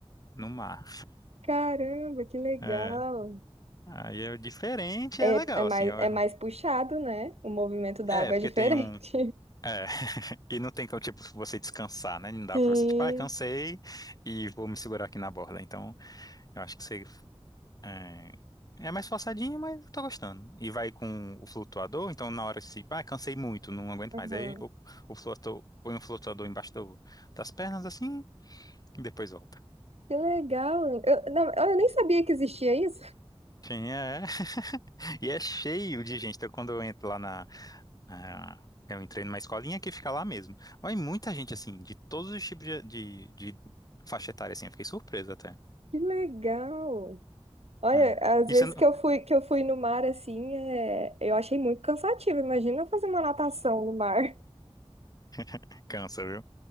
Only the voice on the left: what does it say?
no mar.
É. Aí é diferente,
é legal,
assim, eu acho.
É,
porque
tem um. É, <laughs> e não tem como, tipo, você descansar, né? Não dá
pra você, tipo, ah, cansei e vou me segurar aqui na borda. Então, eu acho que você. É, é mais forçadinho, mas eu tô gostando. E vai com o flutuador, então na hora que se, ah, cansei muito, não aguento
mais. Aí o, o flutuador, põe um flutuador embaixo do- das pernas, assim, e depois volta.
Sim, é. <laughs> E é cheio de gente. Então, quando eu entro lá na. na- eu entrei numa escolinha que fica lá mesmo. Mas muita gente, assim, de todos os tipos de, de, de faixa etária, assim. Eu fiquei surpreso até.
É.
Isso
eu não...
<laughs> Cansa, viu?